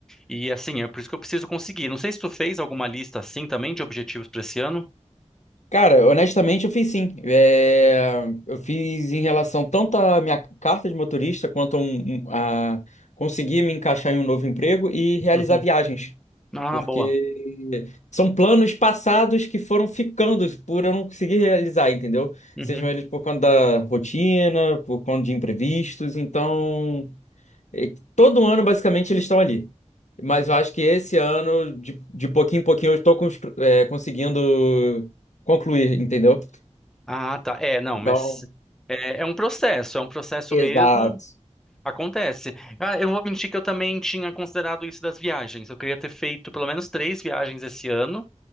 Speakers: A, in the centre; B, on the left.
A: E assim, é por isso que eu preciso conseguir. Não sei se tu fez alguma lista assim também de objetivos para esse ano.
B: Cara, honestamente, eu fiz sim. É, eu fiz em relação tanto à minha carta de motorista quanto a, um- um- a conseguir me encaixar em um novo emprego e realizar
A: Uhum.
B: viagens.
A: Ah,
B: Porque
A: boa.
B: são planos passados que foram ficando por eu não conseguir realizar, entendeu?
A: Uhum.
B: Sejam eles por conta da rotina, por conta de imprevistos. Então, é, todo ano, basicamente, eles estão ali. Mas eu acho que esse ano, de, de pouquinho em pouquinho, eu estou cons- é, conseguindo concluir, entendeu?
A: Ah, tá. É, não,
B: Então,
A: mas é, é um processo, é um processo
B: exato.
A: mesmo. Acontece. Cara, eu não vou mentir que eu também tinha considerado isso das viagens. Eu queria ter feito pelo menos três viagens esse ano,